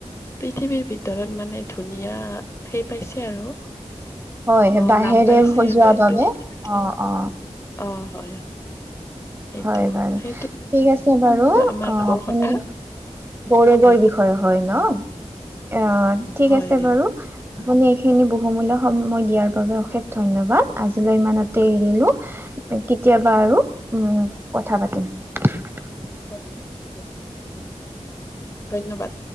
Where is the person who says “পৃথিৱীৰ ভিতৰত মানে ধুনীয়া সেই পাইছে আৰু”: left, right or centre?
Left